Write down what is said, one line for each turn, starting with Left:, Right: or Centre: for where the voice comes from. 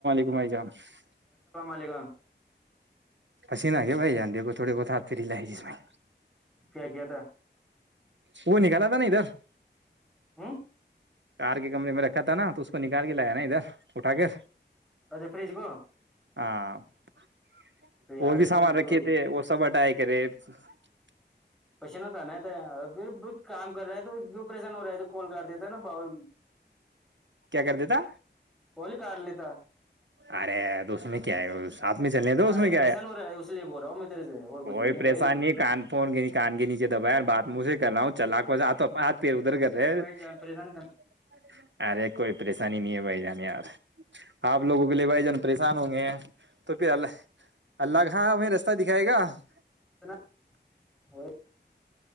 Right: گمائی جا <unintelligible>
Centre: السلام علیکم <unintelligible>
Right: پسیینہ گ بھائی دے کو تھوڑے بہت ہاتھ پھر ہ ل ہے جس میں
Centre: کیا کیا تھا <unintelligible>
Right: وہ نکال تھا نا ادھر <unintelligible>
Centre: ہوں <unintelligible>
Right: کار کے کمرے میں رکھا تھا نا تو اس کو نکال کے لایا نا ادھر اٹھا کے
Centre: اچھا فریج کو
Right: ہاں <unintelligible>
Centre: تو یار
Right: اور بھی
Centre: فریج
Right: سامان رکھے
Centre: تو
Right: تھے وہ سب ہٹائے گ کریب <unintelligible>
Centre: پشن ہوتا نہیں تھا پھر کام کر رہے ہے تو پریشان ہو رہا ہے تو کوول کاٹ دیتا نا باؤ
Right: کیا کر دیتا
Centre: کول کار لیتا <unintelligible>
Right: ارے ار تو اس میں کیا ہے ساتھ میں چلنے دو اس
Centre: ارے
Right: میں کیا
Centre: پریشان ہو رہا ہے اس لیے بول رہا ہوں میں تیرے سے اور
Right: کوئی
Centre: کچھ بھی
Right: پریشانی
Centre: بھائی
Right: نہیں ہے کان فون کان کے نیچے دبایاار بات مجے کہ کر رہاوں <unintelligible> چلا کوو
Centre: بھائی
Right: ج آ تو پ <unintelligible> پھر ادھر کر رہے ہے
Centre: بھائی جان پریشان
Right: <unintelligible>
Centre: کرنا
Right: ارے کوئی پریشانی نہیں ہے بھائی جان یار آپ لوگوں کے لیے بھائی جان پریشان ہوں گے ہیں تو پھر اللہ اللہ کا ہاں ہمیں رستہ دکھائے گا <inaudible>
Centre: نا اور <unintelligible>